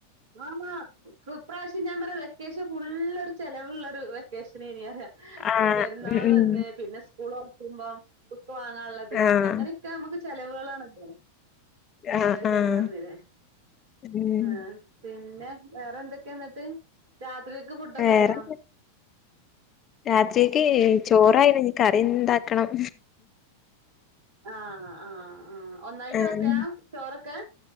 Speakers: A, on the right (about 55°); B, on the left (about 30°).
A: ആ ഇക്കു ഇപ്രാവശ്യ ഞാൻ പറ വെക്കേഷ പെ ഫുള്ള് ഒരു ചെലവുള്ള ഒരു വെക്കേഷൻ ഇനി അറ
B: ആഹ്
A: പെരുന്നാള്
B: ഉം
A: വന്ന് പിന്നെ സ്കൂള് തുറക്ക ക്കുമ്പ ബുക്ക് വാങ്ങാനുള്ളത്
B: ആഹ്
A: അങ്ങനെയൊക്കെ നമുക്ക് ചെലവുകളാണല്ലോ
B: ആഹ്
A: കൊറെ ചിലവ്
B: ആഹ്
A: വന്നില്ലേ
B: ഉം
A: ആ പിന്നെ വേറെ എന്തൊക്കെയ എന്നിട്ട് രാത്രികക്ക് ഫുഡൊക്കെ
B: വേറെ
A: ആയോ
B: രാത്രിക്ക് ചോറായി ഇനി കറിണ്ടാക്കണം
A: ആ ആ ആഹ് ഒന്നായിട്ട്
B: ആഹ്
A: വെക്കലാ ചോറൊക്കെ